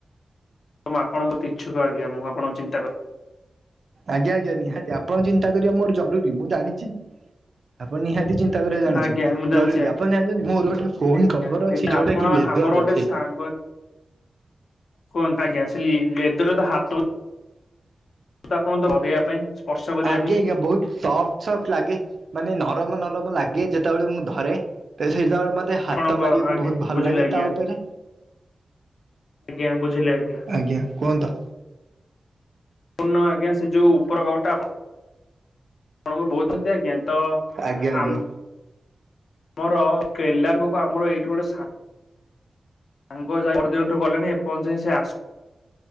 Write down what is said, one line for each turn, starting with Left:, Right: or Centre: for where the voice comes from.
Left: <unintelligible> ଆପଣଙ୍କ ଇଛୁକ ଆଜ୍ଞା ମୁଁ ଆପଣ ଚିନ୍ତା କରଛି
Right: ଆଜ୍ଞା ଆଜ୍ଞା ନିହାତି ଆପଣ ଚିନ୍ତା କରିବା ମୋର ଜରୁରୀ ମୁଁ ଜାଣିଛି। ଆପଣ ନିହାତି ଚିନ୍ତା କରିବା ଜାଣିଚି
Left: ଆଜ୍ଞା ମୁଁ ଜାଣିଛି
Right: ଜରୁରୀ
Left: ଆଜ୍ଞା
Right: ଆପଣ ଜାଣିଛନ୍ତି ମୋର ଗୋଟେ ଫୋନ୍ କଭର
Left: ତେବେ
Right: ଅଛି ଯୋଉଟା
Left: ଆପଣ
Right: କି ଲେଦର
Left: ଆମର ଗୋଟେ
Right: ର ସେଇଟା
Left: ସାଙ୍ଗ କୁହନ୍ତୁ ଆଜ୍ଞା ସେଇ ଲେଦର ହାତ <unintelligible> ଧରେଇବା ପାଇଁ ସ୍ପର୍ଶ କରିବା
Right: ଆଜ୍ଞା
Left: ପାଇଁ
Right: ଆଜ୍ଞା ବହୁତ ସ ସଫ୍ଟ ଲାଗେ ମାନେ ନରମ ନରମ ଲାଗେ ଯେତେବେଳେ ମୁଁ ଧରେ ତ ସେତେବେଳେ ମତେ ମତେ ହାତ
Left: ଆପଣଙ୍କ
Right: ମାରିବାକୁ
Left: ଆଜ୍ଞା
Right: ବହୁତ ଭଲ
Left: ବୁଝିଲେ
Right: ଲାଗେ
Left: ଆଜ୍ଞା
Right: ତା ଉପରେ।
Left: ଆଜ୍ଞା ବୁଝିଲେ ଆଜ୍ଞା।
Right: ଆଜ୍ଞା କୁହନ୍ତ
Left: ପୂଣ ଆଜ୍ଞା ସେ ଯୋଉ ଉପର କବଟା ଆ ଆପଣ ବହୁଛନ୍ତି ଆଜ୍ଞା ତ
Right: ଆଜ୍ଞା ଆଜ୍ଞା
Left: ଆମ ଆମର କିଲ <unintelligible> ଆମର ଏଇଠି ଗୋଟେଗୋ ସାଙ୍ଗ ଯା ପହର ଦିନଠୁ ଗଲେଣି ଏପର୍ଯ୍ୟନ୍ତ ସେ ଆସି